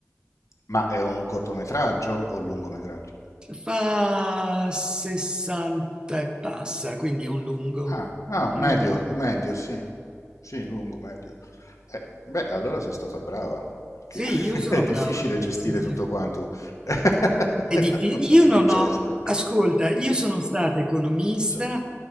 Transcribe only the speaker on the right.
Fa 60 e passa, quindi è un lungo,
un lungo.
Sì,
io sono
brava.
Sì, sì, sì.
È diffi-
Io
non
ho, ascolta, io sono stata economista,